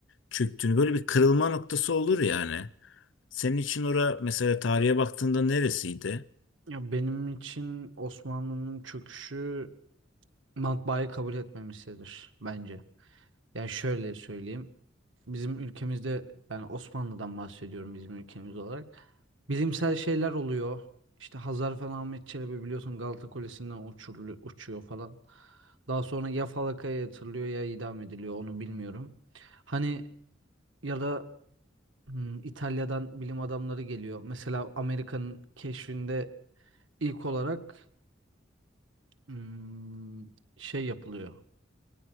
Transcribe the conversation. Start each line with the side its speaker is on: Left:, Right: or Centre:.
Left: çöktüğünü böyle bir kırılma noktası olur yani. Senin için ora mesela tarihe baktığında neresiydi?
Right: Ya benim için Osmanlı'nın çöküşü matbaayı kabul etmemiştir bence. Yani şöyle söyleyeyim. Bizim ülkemizde yani Osmanlı'dan bahsediyorum bizim ülkemiz olarak. Bilimsel şeyler oluyor. İşte Hazar falan Ahmet Çelebi biliyorsun Galata Kulesi'nden uçurulu- uçuyor falan. Daha sonra ya falakaya yatırılıyor ya idam ediliyor onu bilmiyorum. Hani ya da hmm, İtalya'dan bilim adamları geliyor. Mesela Amerika'nın keşfinde ilk olarak hmm, şey yapılıyor.